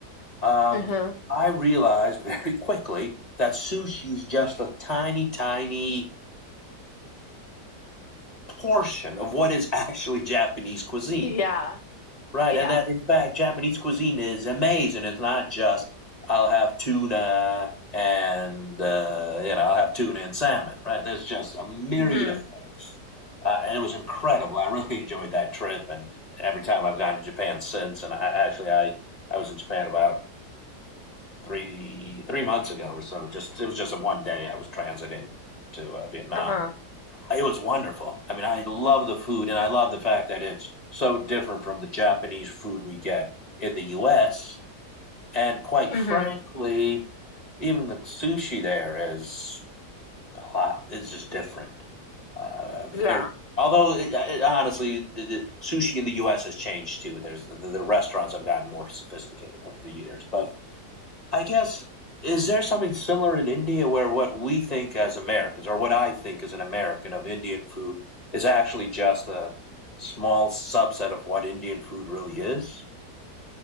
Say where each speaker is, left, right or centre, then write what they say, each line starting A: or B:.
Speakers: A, on the left; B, on the left.
A: Um,
B: Uh-huh.
A: I realized very <laughs> quickly that sushi is just a tiny, tiny portion of what is actually Japanese cuisine.
B: Yeah.
A: Right,
B: Yeah.
A: and that in fact Japanese cuisine is amazing. It's not just I'll have tuna and uh, you know I'll have tuna and salmon. Right, there's just a myriad
B: Mm-hmm.
A: of things, uh, and it was incredible. I really <laughs> enjoyed that trip, and every time I've gone to Japan since. And I actually I I was in Japan about three three months ago or so. Just it was just a one day I was transiting to uh, Vietnam.
B: Uh-huh.
A: It was wonderful. I mean, I love the food and I love the fact that it's so different from the Japanese food we get in the US. And quite frankly,
B: Mm-hmm.
A: even the sushi there is a lot, it's just different. Uh, very,
B: Yeah.
A: although it, uh, it, honestly, the, the sushi in the US has changed too. There's the, the restaurants have gotten more sophisticated over the years, but I guess is there something similar in India where what we think as Americans or what I think as an American of Indian food is actually just a small subset of what Indian food really is?